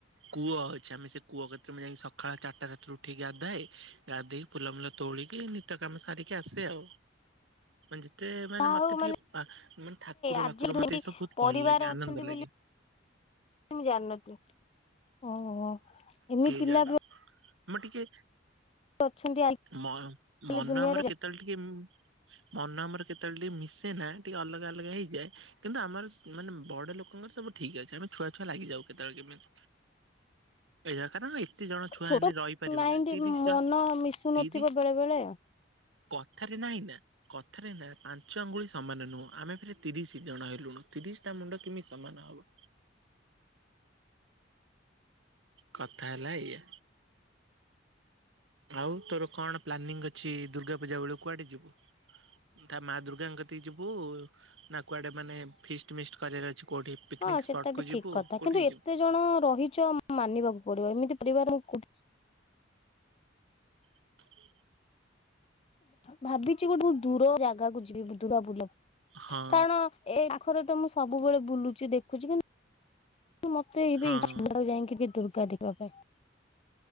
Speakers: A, on the right (about 80°); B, on the left (about 30°).
A: କୂଅ ଅଛି। ଆମେ ସେ କୂଅ କ ତ ମୁଁ ଯାଇକି ସକାଳ ଚାରଟା ରାତିରେ ଉଠିକି ଗାଧାଏ। ଗାଧେଇ ଫଲ ମୁଲ ତୋଳିକି ନିିତ କାମ ସାରିକି ଆସେ। ଆଉ, <unintelligible> ତେ ମାନେ
B: ଯାହା
A: ମୋତେ
B: ହଉ
A: ଟିକେ
B: ମାନେ
A: ଆ, ମାନେ ଠାକୁର
B: ଆଜି
A: ବାକୁର
B: ଏମିତି
A: ମୋତେ ଏସବୁ ବହୁତ
B: ପରିବାର
A: ଭଲ ଲାଗେ, ଆନନ୍ଦ
B: ଅଛନ୍ତି
A: ଲାଗେ।
B: ବୋଲି ମୁଁ ଜାଣନ <inaudible> ଅ, ଓ ଏମିତି
A: ଏଇ
B: ପିଲା
A: ଜାଗା
B: ବି
A: ଟା ମୁଁ ଟିକେ
B: ଅଛନ୍ତି
A: ମ
B: ଆଜିକାଲି
A: ମନ
B: ଦୁନିଆରେ
A: ଆମର କେତେବେଳେ ଟିକେ ଉଁ, ମନ ଆମର କେ ତେବେଳେ ଟିକେ ମିଶେନା ଟିକେ ଅଲଗା ଅଲଗା ହେଇଯାଏ। କିନ୍ତୁ ଆମର ମାନେ ବଡ ଲୋକଙ୍କର ସବୁ ଠିକ୍ ଅଛି। ଆମେ ଛୁଆ ଛୁଆ ଲାଗିଯାଉ କେତେବେଳେ କେମିତି। ଏଇ ଜାକାରା ଏତେ ଜଣ ଛୁଆ
B: ଛୋଟ
A: ହେନେ ରହିପାରିବେ
B: ମାଇଣ୍ଡ
A: ନା। ତିରିଶ
B: ମନ
A: ଜଣ
B: ମିଶୁନଥିବ
A: ତିରିଶ
B: ବେଳେ ବେଳେ।
A: କ ଥାରେ ନାଇଁ ନା କଥାରେ ନା ପାଞ୍ଚ ଆଙ୍ଗୁଳି ସମାନ ନୁହଁ। ଆମେ ଫେର ତିରିଶ ଜଣ ହେଲୁଣୁ। ତିରିଶ ଟା ମୁଣ୍ଡ କିମିତି ସମାନ ହବ? କଥା ହେଲା ଏୟା। ଆଉ ତୋର କଣ ପ୍ଲାନିଂ ଅଛି, ଦୁର୍ଗା ପୂଜା ବେଳକୁ କୁଆଡେ ଯିବୁ? ତା ମା ଦୁର୍ଗାଙ୍କ କତିକି ଯିବୁ, ନା କୁଆଡେ ମାନେ ଫିଷ୍ଟ ମିଷ୍ଟ କରିବାର ଅଛି? କୋଉଠି ପିକନିକ
B: ହଁ
A: ସ୍ପଟ
B: ସେଟା
A: କୁ
B: ବି
A: ଯିବୁ
B: ଠିକ କଥା।
A: କୋଉଠିକି
B: କିନ୍ତୁ
A: ଯିବୁ?
B: ଏତେ ଜଣ ରହିଚ ମାନିବାକୁ ପଡିବ ଏମିତି ପରିବାର ମୁଁ କୋଉ
A: <inaudible>
B: ଭାବିଛିି ଗୋଟେ, ଦୂର ଜାଗାକୁ ଯିବି। <unintelligible>
A: ହଁ
B: କାରଣ ଏ ପାଖରେ ତ ମୁଁ ସବୁବେଳେ ବୁଲୁଛି ଦେଖୁଛି କିନ୍ତୁ କିନ୍ତୁ ମତେ ଏବେ
A: ହଁ।
B: ଇଚ୍ଛା <unintelligible> ଯାଇକି ଦୁର୍ଗା ଦେବା ପାଇଁ।